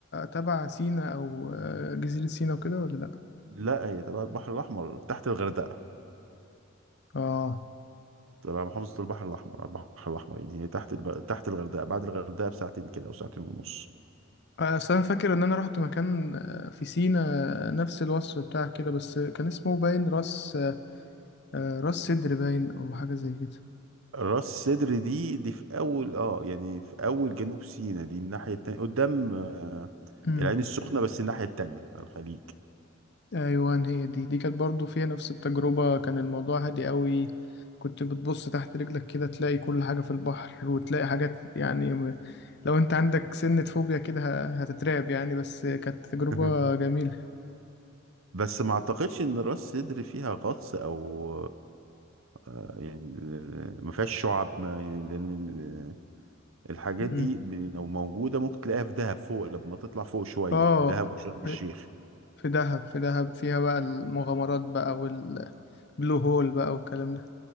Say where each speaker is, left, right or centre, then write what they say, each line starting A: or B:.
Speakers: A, on the left; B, on the right.
A: تبع سينا أو آه، جزيرة سينا وكده ولا لأ؟
B: لا هي تبع البحر الأحمر تحت الغردقة
A: آه
B: تبع محافظة البحر الأحمر البحر الأحمر يعني هي تحت الب... تحت الغردقة بعد الغردقة بساعتين كده أو ساعتين ونص
A: أصل أنا فاكر إن أنا رحت مكان آه، في سينا نفس الوصف بتاع كده بس كان اسمه باين راس آه، راس صدر باين او حاجه زي كده
B: راس سدر دي دي في أول اه يعني في أول جنوب سيناء دي الناحية التانية قدام آه،
A: امم
B: العين السخنة بس الناحية التانية على الخليج
A: ايوه هي دي دي كانت برضو فيها نفس التجربه كان الموضوع هادي قوي كنت بتبص تحت رجلك كده تلاقي كل حاجه في البحر وتلاقي حاجات يعني م- لو انت عندك سنة فوبيا كده ه- هتترعب يعني بس كانت تجربه
B: <laughs>
A: جميله
B: بس ما أعتقدش إن راس سدر فيها غطس أو آه، يعني ما فيهاش شعب ما يعني لأن الحاجات
A: امم
B: دي ب- لو موجودة ممكن تلاقيها في دهب فوق لما تطلع فوق شوية
A: اه
B: دهب وشرم
A: في
B: الشيخ
A: في دهب في دهب فيها بقى المغامرات بقى والبلو هول بقى والكلام ده